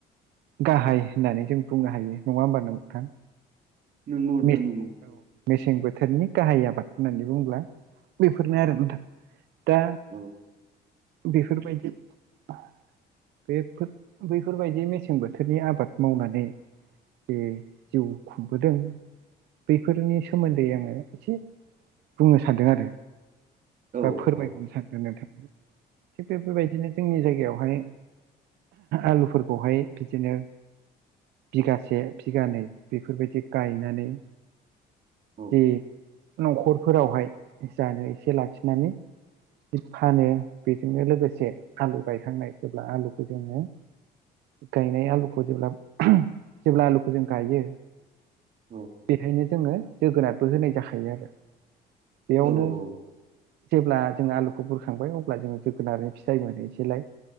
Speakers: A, on the right; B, on the right.
A: गाहाय होननानै जों बुंनो हायो। नङा होमबा नोंथां?
B: नोंगौ नोंथां
A: मेसें
B: नोंगौ।
A: मेसें बोथोरनि गाहाय आबाद होननानै बुंङोब्ला बेफोरनो आरो नोंथां दा
B: औ
A: बेफोरबायदि बेफोर बैफोरबायदि मेसें बोथोरनि आबाद मावनानै बे जिउ खुंबोदों। बैफोरनि सोमोन्दै आङो एसे बुंनो सानदों आरो।
B: औ
A: बा फोरमायहरनो
B: औ
A: सानदों नोंथांनो। थिग बेफोरबायदिनो जोंनि जायगायावहाय आलुफोरखौहाय बिदिनो बिगासे बिगानै बेफोरबायदि गायनानै
B: औ
A: बि न'खरफोरावहाय जानो एसे लाखिनानै जि फानो बेजोंनो लोगोसे आलु गायखांनाय जेब्ला आलुखौ जोङो गायनाय आलुखौ जेब्ला जेब्ला आलुखौ जों गायो।
B: औ
A: बेखायनो जोङो जोगोनारबो होनाय जाखायो आरो। बेयावनो
B: औ औ
A: जेब्ला जोङो आलुखौ बुरखांबाय अब्ला जोङो जोगोनानै फिथाइ मोनोसेैलाय।